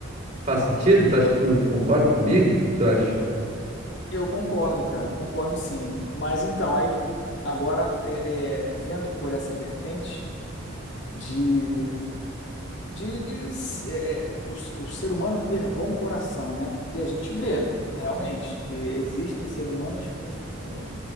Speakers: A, on the right (about 40°); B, on the left (about 60°).
A: Faz sentido? Tu, acha- tu, tu concorda comigo? O que que tu acha?
B: Eu concordo, cara, concordo sim. Mas então, aí agora é, é, vendo por essa vertente de, de é, é, o, o ser humano ter bom coração, né? Porque a gente vê realmente que existem seres humanos com, com